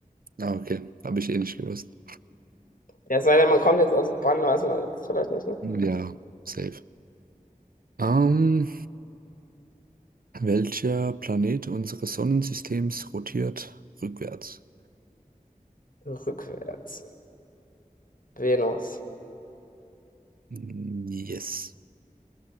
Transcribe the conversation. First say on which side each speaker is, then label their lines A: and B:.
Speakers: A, on the right; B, on the left.
A: Ah, okay. Habe ich eh nicht gewusst.
B: Ja, es sei denn, man kommt jetzt aus Bonn, weiß man jetzt vielleicht nicht, ne?
A: Ja, safe. Ähm, welcher Planet unseres Sonnensystems rotiert rückwärts?
B: Rückwärts. Venus.
A: Mm, Yes.